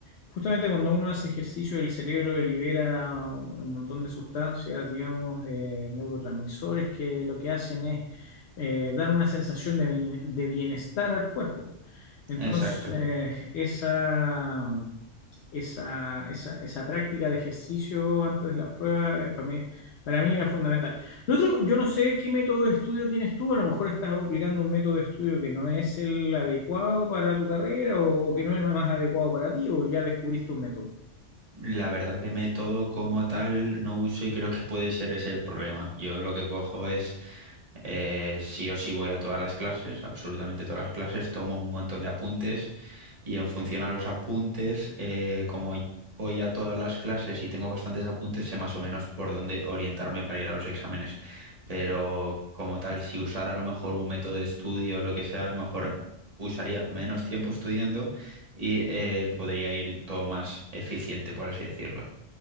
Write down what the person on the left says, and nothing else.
justamente cuando uno hace ejercicio el cerebro libera un montón de sustancias, digamos, eh, neurotransmisores que lo que hacen es eh, dar una sensación de, bien- de bienestar al cuerpo. Entonces,
eh, esa, esa, esa, esa práctica de ejercicio antes de las pruebas, eh, para mí, para mí era fundamental. Lo otro, yo no sé qué método de estudio tienes tú, a lo mejor estás aplicando un método de estudio que no es el adecuado para tu carrera o, o que no es el más adecuado para ti, o ya descubriste un método.